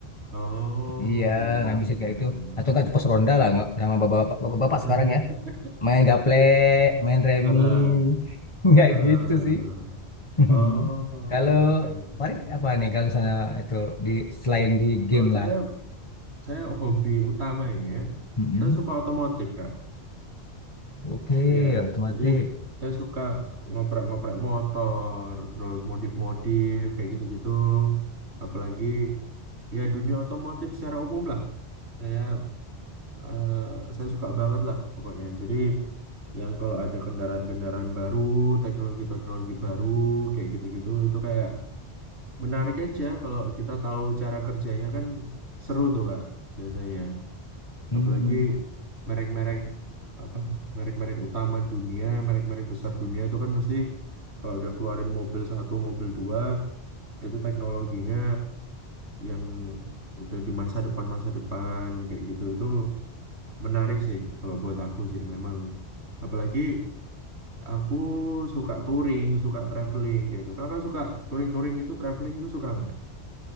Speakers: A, on the right; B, on the left.
A: Oh,
B: iya
A: iya
B: ngabisin
A: iya iya.
B: kayak gitu
A: iya.
B: atau nggak di pos ronda lah nggak- sama bapak-bapak bapak-bapak
A: Bagus
B: sekarang
A: banget.
B: ya
A: <laughs>
B: main gaplek main remi
A: Heeh,
B: <laughs> nggak
A: heeh,
B: gitu
A: heeh.
B: sih <laughs>
A: Oh,
B: kalau
A: oke oke oke.
B: Farid
A: oke.
B: apa nih kalau misalnya itu di selain di game
A: Oh, saya
B: lah
A: saya hobi utama ya.
B: Mm-mm.
A: Saya suka otomotif, Kak.
B: Oke,
A: Ya,
B: otomotif.
A: jadi saya suka ngoprek-ngoprek motor, terus modif-modif kayak gitu-gitu. Apalagi ya dunia otomotif secara umum lah. Saya eh, saya suka banget lah pokoknya. Jadi yang kalau ada kendaraan-kendaraan baru, teknologi-teknologi baru, kayak gitu-gitu, itu kayak menarik aja kalau kita tahu cara kerjanya kan seru tuh Kak, biasanya.
B: Hmm.
A: Apalagi merek-merek apa, merek-merek utama dunia, merek-merek besar dunia itu kan mesti kalau udah keluarin mobil satu, mobil dua, itu teknologinya yang udah di masa depan masa depan kayak gitu itu Menarik sih kalau buat aku sih memang. Apalagi aku suka touring, suka traveling kayak gitu. Kakak suka touring-touring itu, traveling itu suka nggak?